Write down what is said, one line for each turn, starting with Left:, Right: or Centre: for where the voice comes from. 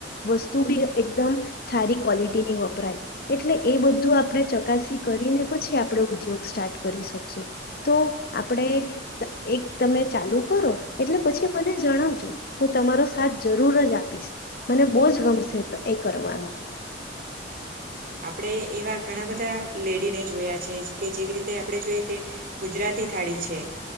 Left: વસ્તુ બી એકદમ સારી ક્વલિટીની વપરાય એટલે એ બધું આપણે ચકાસી કરીને પછી આપણે ઉદ્યોગ સ્ટાર્ટ કરી શકશું તો આપણે એક તમે ચાલુ કરો એટલે પછી મને જણાવજું હું તમારો સાથ જરૂર જ આપીશ મને બહુ જ ગમશે એ કરરવાનું
Right: આપડે એવા ઘણા બધા લેડીને જોયા છે કે જેવી રીતે આપણે જોઈએ કે ગુજરાતી થાળી છે